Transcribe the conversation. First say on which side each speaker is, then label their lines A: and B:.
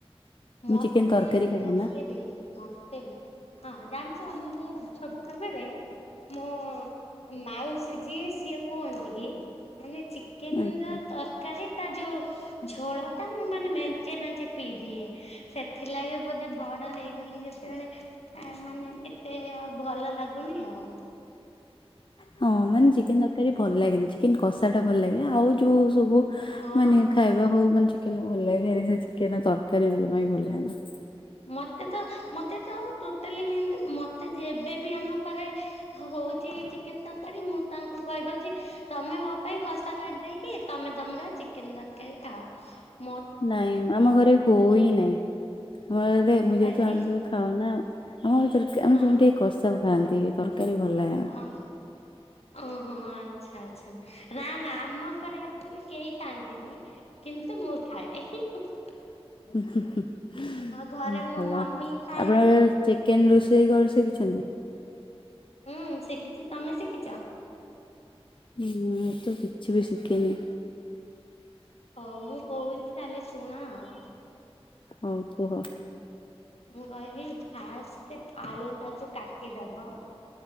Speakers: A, on the left (about 80°); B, on the left (about 55°).
A: ମତେ
B: ମୁଁ ଚିକେନ ତରକାରୀ
A: ବି
B: ଖାଏ ନା।
A: ମତେ ବି ମତେ ବି ହଁ, ଜାଣିଛ ମୁଁ ଛୋଟ ବେଳେ ମୋ ମାଉସୀ ଯିଏ, ସିଏ କୁହନ୍ତି କି ମାନେ ଚିକେନର
B: ଆଜ୍ଞା।
A: ତରକାରୀ। ତା ଯୋଉ ଝୋଳ ଟା ମୁଁ, ମେଞ୍ଚେ ମେଞ୍ଚେ ପିଇ ଦିଏ। ସେଥିଲାଗି ବୋଧେ ବଡ ହେଇଗଲି ଯେତେବେଳେ ଏ ମାନେ ଏତେ ଆଉ ଭଲ ଲାଗୁନି ଆଉ।
B: ହଁ ମାନେ ଚିକେନ ତରକାରୀ ଭଲ ଲାଗେନି। ଚିକେନ କଷା ଟା ଭଲ ଲାଗେ। ଆଉ ଯୋଉ ସବୁ ହେଁ
A: ହଁ
B: ମାନେ ଖାଇବା ହଉ ମାନେ ଚିକେନ ଭଲ ଲାଗେ ହେରି ସେ ଚିକେନର ତରକାରୀ ଜମା ବି ଭଲ ଲାଗେନା।
A: ମତେ ତ -ମତେ ତ ଟୋଟାଲି ମାନେ ମତେ ଯେବେ ବି ଆମ ଘରେ ହଉଛି ଚିକେନ ତରକାରୀ, ମୁଁ ତାଙ୍କୁ କହି ଦେଉଛି। ତମେ ମୋ ପାଇଁ କଷା କାଢି ଦେଇକି। ତମେ ତମର ଚିକେନ ତରକାରୀ ଖାଅ ମୋ
B: ନାଇଁ, ଆମ ଘରେ ହଉ ହିଁ ନାଇଁ। ଆମଘରେ ମୁଁ
A: କାହିଁକି
B: ଯେହେତୁ ଆମେ ସବୁ ଖାଉ ନା ଆମ ଭିତରେ ଆମେ
A: ହଁ
B: ସବୁ ଟିକେ କଷା ଖାଆନ୍ତି। ତରକା ତରକାରୀ ଭଲ ଲାଗେ।
A: ଆ ଓହୋ! ଆଚ୍ଛା! ଆଚ୍ଛା! ନା -ନା ଆମ ଘରେ ଆର୍କଚୁୟାଲୀ କେହି ଖାଆନ୍ତିନ? କିନ୍ତୁ ମୁଁ ଖାଏ। ଏ ହିଁ
B: ହୁଁ -ହୁଁ -ହୁଁ- ହୁଁ
A: ଘରେ ମୋ
B: ଭଲ
A: ମମି
B: ଆପଣଙ୍କର
A: ଖାଏନି।
B: ଚେକ୍ କେନ୍ ରୋଷେଇ କରି ଶିଖିଛନ୍ତି।
A: ହୁଁ, ଶିଖିଛି ତମେ ଶିଖିଚ।
B: ହୁଁ ମୁଁ ତ କିଛି ବି ଶିଖିନି।
A: ହୋଉ ମୁଁ କୋଉଚି କାଲେ ଶୁଣ ଆଉ।
B: ହୋଉ କୁହ।
A: ମୁଁ କହିଲି ଫାଷ୍ଟ୍ ଆଳୁ ଟାକୁ କାଟିଦବ।